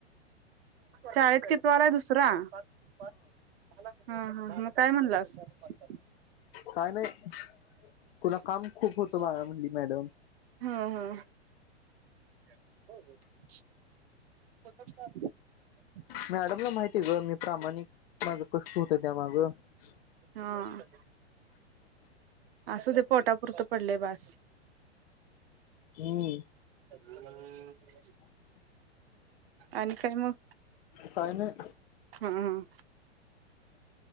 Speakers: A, on the right; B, on the left.
A: शाळेत कि सोडा दुसरा हा हा काय म्हणलं असल?
B: काय नाही! तुला काम खूप होत माग म्हणली मॅडम?
A: हा हा <inaudible>
B: मॅडमला माहिती ग! मी प्रामाणिक माझं कष्ट होत! त्यामाग अ् <inaudible>
A: हा असच पोटापुरत पडलय बास!
B: हम्म..
A: <inaudible>
B: <inaudible>
A: आणि काय मग
B: काय नाय
A: हूं!